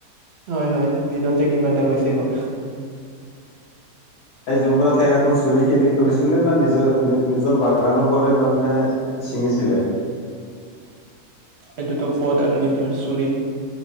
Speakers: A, on the right; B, on the left.
A: হয়', হয়', দিনত যে কিমানটা গৈছে গৈ
B: জম্বুৰা টেঙা অকল চুৰি কৰি খেলিছিলে নে? নিজৰ নি- নিজৰ বাগানৰ পৰাই মানে ছিঙিছিলে?
A: এইটোতো ক'ত আৰু নিজৰ চুৰি।